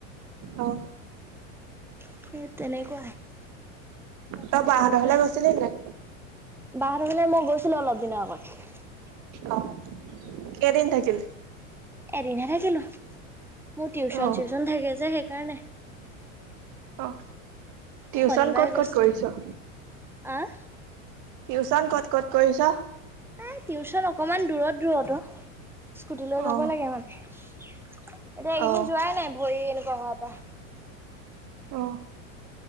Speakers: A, on the right; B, in the centre.
A: অ
B: স তেনেকুৱাই তাপকে
A: তই বাহঁতৰ
B: লগতে
A: ঘৰলে গৈছিলি নাই
B: বাহিৰলৈ মানে মই গৈছিলো অলপ দিনৰ আগত।
A: অহ, কেইদিন থাকিল।
B: এদিন হে থাকিলো। মোৰ টিউচন
A: অ
B: চিউচন থাকে যে সেইকাৰণে।
A: অঁ। টিউচন
B: শনিবাৰে
A: ক'ত ক'ত
B: গৈছিলো
A: কৰিছ?
B: আহ
A: টিউচন ক'ত ক'ত কৰিছ।
B: এ, টিউচন অকমান দূৰত দূৰত অহ, স্কুটি লৈ যাব
A: অ
B: লাগে মানে। এতিয়া, এইকেইদিন
A: অ
B: যোৱাই নাই ভৰি এনেকুৱা হোৱা পা
A: অহ।